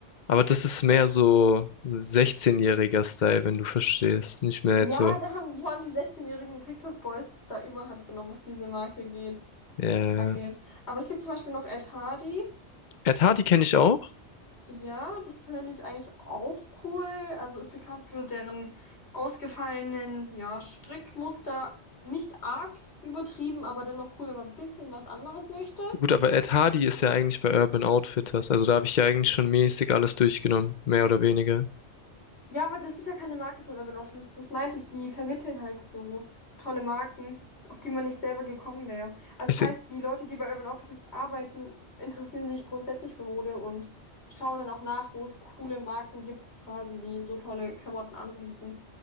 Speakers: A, on the left (about 45°); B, on the left (about 65°).
A: aber das ist mehr so so 16-jähriger Style, wenn du verstehst. Nicht mehr
B: ja,
A: jetzt so.
B: da haben, wo haben die 16-jährigen TikTok-Boys da Überhand genommen, was diese Marke geht,
A: Äh,
B: angeht. Aber es gibt zum Beispiel noch Ed Hardy.
A: Ed Hardy kenne ich auch.
B: Ja, das finde ich eigentlich auch cool. Also ist bekannt für deren ausgefallenen, ja, Strickmuster. Nicht arg übertrieben, aber dennoch cool, wenn man ein bisschen was anderes möchte.
A: Gut, aber Ed Hardy ist ja eigentlich bei Urban Outfitters, also da habe ich ja eigentlich schon mäßig alles durchgenommen, mehr oder weniger.
B: Ja, aber das ist ja keine Marke von Urban Outfitters. Das meinte ich. Die vermitteln halt so tolle Marken, auf die man nicht selber gekommen wäre. Also
A: Ich
B: das
A: seh,
B: heißt, die Leute, die bei Urban Outfitters arbeiten, interessieren sich grundsätzlich für Mode und schauen dann auch nach, wo es coole Marken gibt, quasi, die so tolle Klamotten anbieten.